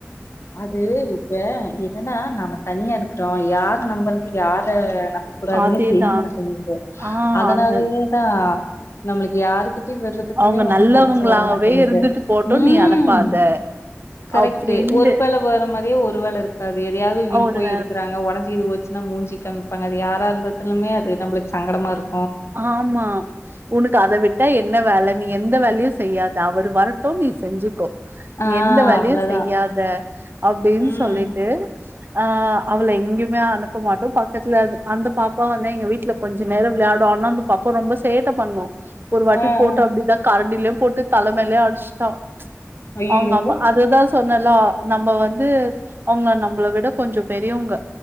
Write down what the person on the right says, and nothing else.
அதேதா
ஆ
அது
அவங்க
நல்லவங்களாவே
இருந்துட்டு போட்டு
நீ அனுப்பாத
அப்டின்ட்டு
ஒரு
ஆமா உனக்கு அத விட்டா எ என்ன வேல நீ எந்த வேலயும் செய்யாத அவர் வரட்டும் நீ செஞ்சுக்கோ
எந்த வேலயும்
செய்யாத அப்டின்னு
சொல்லிட்டு ஆ அவள எங்கேயுமே அனுப்ப மாட்டோம் பக்கத்துல அந்த பாப்பா வந்து எங்க வீட்டுல கொஞ்ச நேரம் விளையாட ஒண்ணா வந்து பாப்பா ரொம்ப சேட்ட பண்ணும் ஒரு வாட்டி
போட்டோம்
அப்டிதான் கரண்டிலயும் போட்டுத்து தலமேலயே அடிச்ட்டா ச்
அவங்கமா அதுதான் சொன்னலா நம்ம வந்து அவங்க நம்பள விட கொஞ்சம் பெரியவங்க